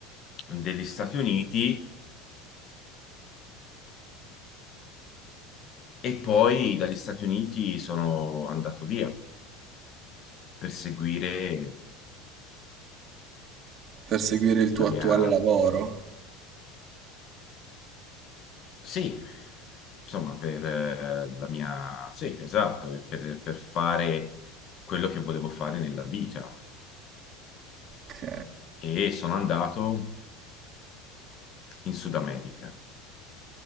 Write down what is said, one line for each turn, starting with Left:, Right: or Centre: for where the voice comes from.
Left: degli Stati Uniti e poi dagli Stati Uniti sono andato via per seguire
Right: per seguire il tuo
Left: la mia
Right: attuale lavoro.
Left: Sì, insomma, per eh, la mia... Sì, esatto, e per, per fare quello che volevo fare nella vita.
Right: Ok.
Left: E sono andato in Sud America.